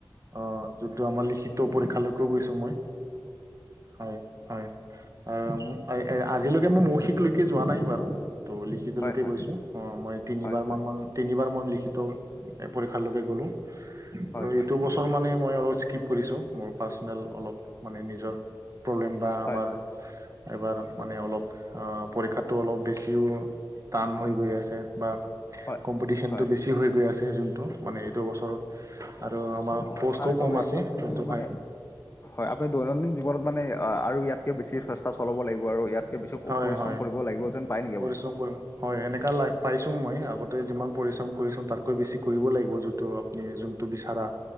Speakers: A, on the right (about 40°); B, on the left (about 30°).
A: অ যোনটো আমাৰ লিখিত পৰীক্ষালৈকো গৈছো মই। হয় হয়, অ আজিলৈকে মই মৌখিকলৈকে যোৱা নাই বাৰু, ত লিখিতলৈকে
B: হয় হয়
A: গৈছো, অ মই তিনিবাৰ
B: হয় হয়
A: মান মান তিনিবাৰ মই লিখিত পৰীক্ষালৈকে গ'লোঁ,
B: হয় হয়
A: ত এইটো বছৰ মানে মই অলপ স্কিপ কৰিছোঁ, মোৰ পাৰ্চনেল অলপ মানে নিজৰ প্ৰব্লেম বা আমাৰ
B: হয় হয়
A: এবাৰ মানে অলপ অ পৰীক্ষাটো অলপ বেছিও টান হৈ গৈ আছে বা
B: হয়
A: কম্পিটিশ্যনটো
B: হয়
A: বেছি হৈ গৈ আছে যোনটো মানে এইটো বছৰত আৰু আমাৰ
B: অ
A: পষ্টো
B: তাৰে
A: কম
B: বাবে
A: আছে,
B: আপুনি
A: যোনটো হয়
B: মানে হয় আপুনি দৈনন্দিন জীৱনত মানে আৰু ইয়াতকৈ বেছি চেষ্টা চলাব লাগিব আৰু ইয়াত কে বেছি
A: হয়
B: পৰিশ্ৰম
A: হয়
B: কৰিব লাগিব যেন পায় নেকি
A: পৰিশ্ৰম
B: আপুনি?
A: কৰিম হয় এনেককা লাইফ পাইছো মই আগতে যিমান পৰিশ্ৰম কৰিছো তাতকৈ বেছি কৰিবই লাগিব যোনটো আ যোনটো বিচাৰা,